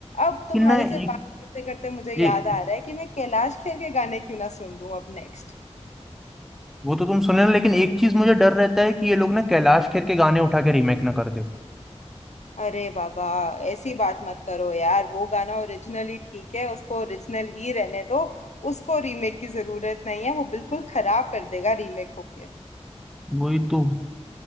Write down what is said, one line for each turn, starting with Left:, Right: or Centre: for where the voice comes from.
Left: अब तुम्हारे
Centre: लेकिन ना एक,
Left: से बात करते करते मुझे
Centre: एक
Left: याद आ रहा है कि मैं कैलाश खेर के गाने क्यों ना सुन लूं अब नेक्स्ट
Centre: वो तो तुम सुन लेना लेकिन एक चीज मुझे डर रहता है कि ये लोग ना कैलाश खेर के गाने उठा के रीमेक ना कर दे
Left: अरे बाबा ऐसी बात मत करो यार वो गाना ओरिजिनली ठीक है उसको ओरिजिनल ही रहने दो उसको रीमेक की जरूरत नहीं है वो बिल्कुल खराब कर देगा रीमेक होके
Centre: वही तो